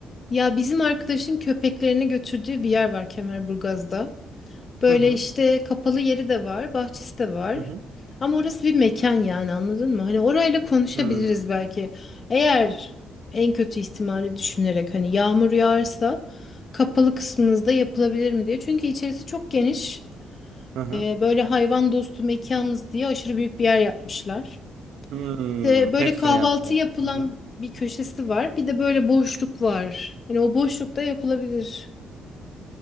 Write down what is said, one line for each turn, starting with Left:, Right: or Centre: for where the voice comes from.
Left: ya bizim arkadaşın köpeklerini götürdüğü bir yer var Kemerburgaz'da. Böyle
Right: Hı hı.
Left: işte kapalı yeri de var, bahçesi de var.
Right: Hı hı.
Left: Ama orası bir mekan yani anladın mı? Hani orayla konuşabiliriz
Right: Hmm.
Left: belki. Eğer en kötü ihtimali düşünerek hani yağmur yağarsa kapalı kısmınızda yapılabilir mi diye. Çünkü içerisi çok geniş.
Right: Hı hı.
Left: Ee, böyle hayvan dostu mekanız diye aşırı büyük bir yer yapmışlar.
Right: Hmm.
Left: E, böyle
Right: Pet
Left: kahvaltı
Right: friendly.
Left: yapılan
Right: Hı hı.
Left: bir köşesi var. Bir de böyle boşluk var. Hani o boşlukta yapılabilir.